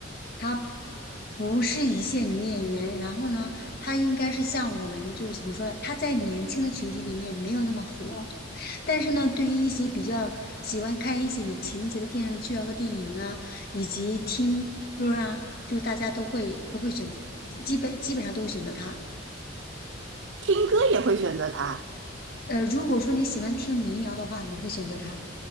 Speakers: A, on the left; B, on the right.
A: 他不是一线女演员，然后呢，她应该是像我们就是怎么说呢？她在年轻的群体里面没有那么火，但是呢，对于一些比较喜欢看一些有情节的电视剧啊或电影啊，以及听歌儿啊，就大家都会都会选，基本基本上都会选择她。
B: 听歌也会选择她，
A: 呃，如果说你喜欢听民谣的话，你会选择她。